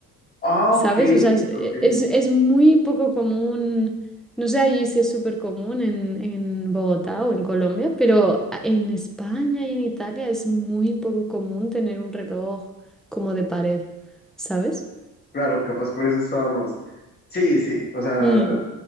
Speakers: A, on the left; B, in the centre.
A: Ah,
B: ¿sabes?
A: ok,
B: O sea, es, eh,
A: ok.
B: es, es muy poco común, no sé allí si es súper común en, en Bogotá o en Colombia, pero a- en España y en Italia es muy poco común tener un reloj como de pared, ¿sabes?
A: Claro, capaz por eso estábamos. Sí, sí, o sea,
B: Mm.